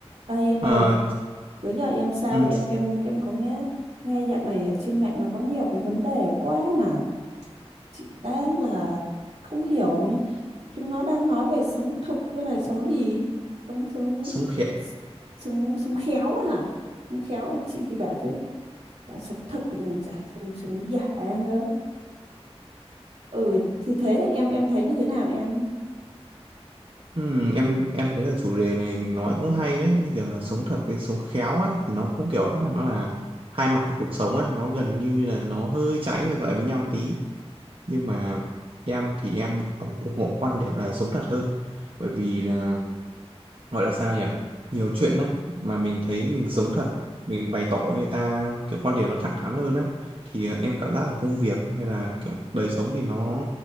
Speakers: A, on the right; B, on the right.
A: Ê em
B: Ờ,
A: ơi, bữa giờ em sao
B: ừm,
A: rồi? Em em em có nghe nghe dạo này ở trên mạng nó có nhiều cái vấn đề quá mà chị đang là không hiểu ý. chúng nó đang nói về sống thực với là sống gì? Sống sống
B: sống khéo
A: sống sống khéo á hả? Sống khéo là chị thì bảo chứ đã sống thực của còn chả sống sống giả nữa. Ừ thì thì thế đấy em em thấy như thế nào em?
B: Ừm, em em thấy là chủ đề này mình nói cũng hay đấy như kiểu là sống thật với sống khéo ấy thì nó cũng kiểu là nó là hai mặt của cuộc sống ấy nó gần như là nó hơi trái ngược lại với nhau tí nhưng mà em thì em ủng ủng hộ quan điểm là sống thật hơn bởi vì là gọi là sao nhỉ nhiều chuyện á mà mình thấy mình giống thật mình bày tỏ với người ta kiểu quan điểm nó thẳng thắn hơn á thì ờ, em cảm giác là công việc hay là kiểu đời sống thì nó